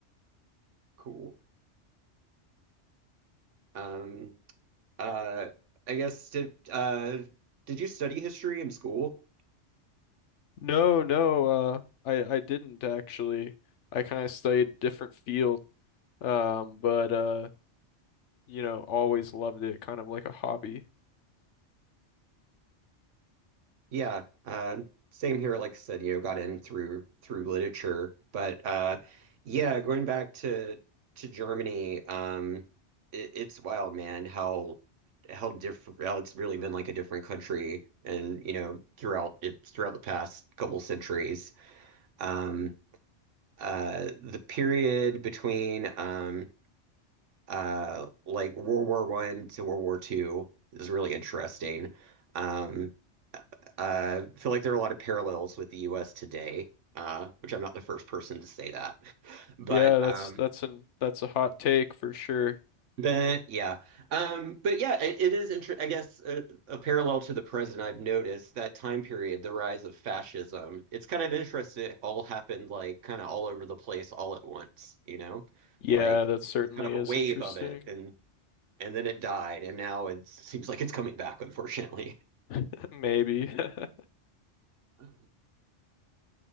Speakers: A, on the right; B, on the left.
A: Cool. Um, uh, I guess did uh, did you study history in school?
B: No, no, uh I I didn't actually. I kind of studied a different field, um, but uh, you know, always loved it, kind of like a hobby.
A: Yeah, uh, same here. Like I said, you know, got in through through literature, but uh, yeah, going back to to Germany, um, it, it's wild, man. How how different? How it's really been like a different country, and you know, throughout it throughout the past couple centuries. Um, uh, the period between um, uh, like World War One to World War Two is really interesting. Um, uh, I feel like there are a lot of parallels with the U.S. today, uh, which I'm not the first person to say that, <laughs> but
B: Yeah, that's
A: um,
B: that's an that's a hot take for sure.
A: but yeah, um, but yeah, it, it is inter I guess a, a parallel to the present. I've noticed that time period, the rise of fascism. It's kind of interesting. It all happened like kind of all over the place, all at once. You know,
B: Yeah,
A: like
B: that certainly
A: there's kind of
B: is
A: a wave
B: interesting.
A: of it, and and then it died, and now it seems like it's coming back, unfortunately.
B: <laughs> Maybe. <laughs>
A: <laughs>